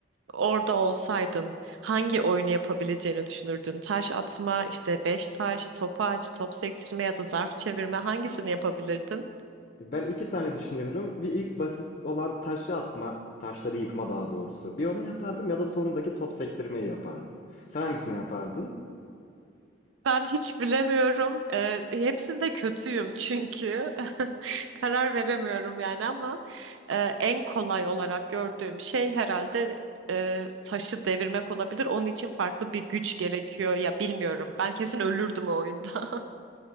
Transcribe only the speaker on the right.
orada olsaydın hangi oyunu yapabileceğini düşünürdün? Taş atma, işte beş taş, topaç, top sektirme ya da zarf çevirme hangisini yapabilirdin?
Ben hiç bilemiyorum. Ee, hepsinde kötüyüm çünkü. <laughs> Karar veremiyorum yani ama e, en kolay olarak gördüğüm şey herhalde e, taşı devirmek olabilir. Onun için farklı bir güç gerekiyor. Ya bilmiyorum. Ben kesin ölürdüm o oyunda. <laughs>